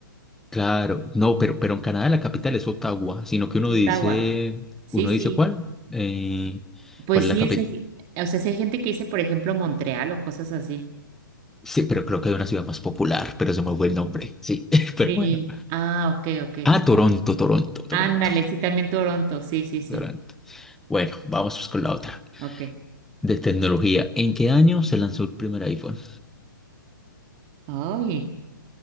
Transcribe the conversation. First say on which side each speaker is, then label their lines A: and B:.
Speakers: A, in the centre; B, on the right.
A: claro. No, pero, pero en Canadá la capital es Ottawa, sino que
B: es
A: uno
B: Ottawa.
A: dice,
B: Sí,
A: uno
B: sí.
A: dice, ¿cuál? Eh,
B: Pues
A: ¿cuál es
B: sí,
A: la capital?
B: o sea, hay- o sea, sí hay gente que dice, por ejemplo, Montreal o cosas así.
A: Sí, pero creo que hay una ciudad más popular, pero se me fue el nombre. Sí, <laughs> pero
B: Sí.
A: bueno.
B: Ah, ok, ok.
A: Ah, Toronto, Toronto, Toronto,
B: Ándale, sí, también Toronto, sí, sí, sí.
A: Toronto. Bueno, vamos pues con la otra.
B: Ok.
A: De tecnología. ¿En qué año se lanzó el primer iPhone?
B: Ay,